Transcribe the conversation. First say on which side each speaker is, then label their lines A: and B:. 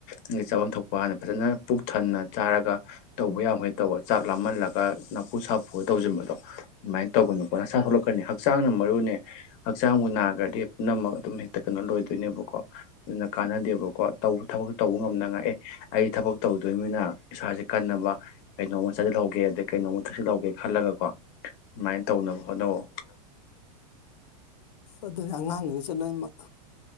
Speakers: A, on the left (about 30°); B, on the left (about 85°).
A: ꯅꯪꯒꯤ ꯆꯥꯐꯝ ꯊꯣꯛꯄ ꯍꯥꯟꯅ ꯐꯖꯅ ꯄꯨꯛ ꯊꯟꯅ ꯆꯥꯔꯒ ꯇꯧꯕ ꯌꯥꯝꯈꯩ ꯇꯧ ꯆꯥꯛ ꯂꯥꯝꯍꯜꯂꯒ ꯅꯝꯐꯨ ꯁꯥꯐꯨꯗ ꯇꯧꯖꯤꯟꯕꯗꯣ ꯑꯗꯨꯃꯥꯏꯟ ꯇꯧꯒꯅꯨꯀꯣ ꯅꯁꯥ ꯁꯣꯛꯂꯛꯀꯅꯤ ꯍꯛ ꯆꯥꯡꯅ ꯃꯔꯨꯅꯦ ꯍꯛꯆꯥꯡꯕꯨ ꯅꯥꯈ꯭ꯔꯗꯤ ꯄꯨꯝꯅꯃꯛ ꯑꯗꯨꯝ ꯍꯦꯛꯇ ꯀꯩꯅꯣ ꯂꯣꯏꯗꯣꯏꯅꯦꯕꯀꯣ ꯑꯗꯨꯅ ꯀꯥꯟꯅꯗꯦꯕꯀꯣ ꯇꯧꯕ ꯊꯕꯛꯇ ꯇꯧꯕ ꯉꯝꯅꯉꯥꯏ ꯑꯦ ꯑꯩ ꯊꯕꯛ ꯇꯧꯗꯣꯏꯃꯤꯅ ꯏꯁꯥꯁꯦ ꯀꯟꯅꯕ ꯀꯩꯅꯣꯝꯃ ꯆꯥꯁꯤꯜꯍꯧꯒꯦ ꯑꯗꯩ ꯀꯩꯅꯣꯝꯃ ꯊꯛꯁꯤꯜꯍꯧꯒꯦ ꯈꯜꯂꯒꯀꯣ ꯑꯗꯨꯃꯥꯏꯅ ꯇꯧꯅꯕ ꯍꯣꯠꯅꯧꯋꯣ
B: ꯍ <inaudible> ꯑꯗꯨꯅꯤ ꯑꯉꯥꯡꯗꯒꯤꯁꯨ ꯂꯣꯏꯅꯃꯛ